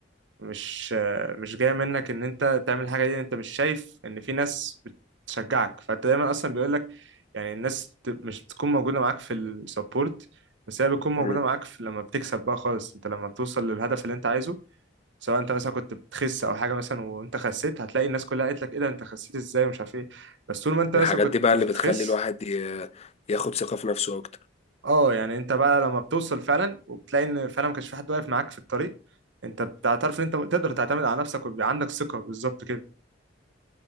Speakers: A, on the right; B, on the left.
A: مش مش جاية منك ان انت تعمل الحاجة دي انت مش شايف ان في ناس بتشجعك فانت دايما اصلا بيقول لك يعني الناس ت- مش بتكون موجودة معاك في السبورت بس هي بتكون موجودة
B: مم.
A: معاك في لما بتكسب بقى خالص انت لما بتوصل للهدف اللي انت عايزه سواء انت مثلا كنت بتخس او حاجة مثلا وانت خسيت هتلاقي الناس كلها قالت لك ايه ده انت خسيت ازاي ومش عارف ايه بس طول ما انت
B: الحاجات
A: مثلا كنت
B: دي بقى اللي
A: بتخس
B: بتخلي الواحد ي- ياخد ثقة في نفسه اكتر
A: اه يعني انت بقى لما بتوصل فعلا وبتلاقي ان فعلا ما كانش في حد واقف معاك في الطريق انت بتعترف ان انت تقدر تعتمد على نفسك ويبقى عندك ثقة بالظبط كده